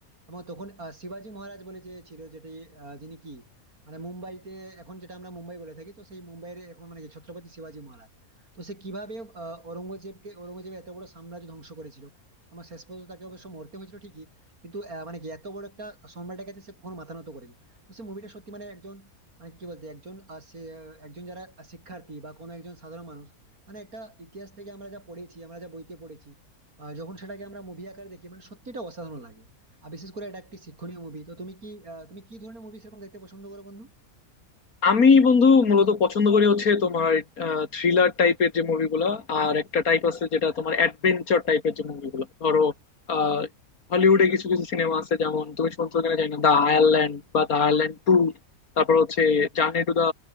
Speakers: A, on the right; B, on the left.
A: এবং তখন আহ, শিবাজি মহারাজ বলে যে ছিল যেটি আহ, যিনি কি মানে মুম্বাইতে এখন যেটা আমরা মুম্বাই বলে থাকি তো সেই মুম্বাইয়ের এখন মানে কি ছত্রপতি শিবাজি মহারাজ তো সে কিভাবে আহ, ঔরঙ্গজেবকে ঔরঙ্গজেব এত বড় সাম্রাজ্য ধ্বংস করেছিল এবং শেষ পর্যন্ত তাকে অবশ্য মরতে হয়েছিল ঠিকই কিন্তু আহ, মানে কি এত বড় একটা সম্রাটের কাছে সে কখনো মাথা নত করেনি তো সে মুভিটা সত্যি মানে একজন মানে কি বলতে একজন আহ, সে একজন যারা শিক্ষার্থী বা কোনো একজন সাধারণ মানুষ মানে একটা ইতিহাস থেকে আমরা যা পড়েছি আমরা যা বইতে পড়েছি আহ, যখন সেটাকে আমরা মুভি আকারে দেখি মানে সত্যিটা অসাধারণ লাগে আর বিশেষ করে এটা একটি শিক্ষণীয় মুভি তো তুমি কি আহ, তুমি কি ধরনের মুভি সেরকম দেখতে পছন্দ করো বন্ধু
B: আমি বন্ধু মূলত পছন্দ করি হচ্ছে তোমার থ্রিলার টাইপের যে মুভিগুলা আর একটা টাইপ আছে যেটা তোমার অ্যাডভেঞ্চার টাইপের যে মুভিগুলা ধরো আহ, হলিউডে কিছু কিছু সিনেমা আছে যেমন তুমি শুনছো কিনা জানি না দা আয়ারল্যান্ড বা দা আয়ারল্যান্ড টু তারপর হচ্ছে journey to the